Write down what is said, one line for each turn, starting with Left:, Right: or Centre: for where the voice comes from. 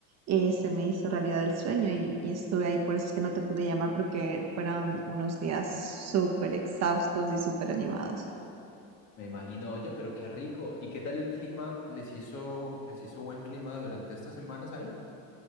Right: eh, se me hizo realidad el sueño y, y estuve ahí. Por eso es que no te pude llamar porque fueron unos días súper exhaustos y súper animados.
Left: me imagino, oye, pero qué rico. ¿Y qué tal el clima? ¿Les hizo, les hizo buen clima durante estas semanas ahí?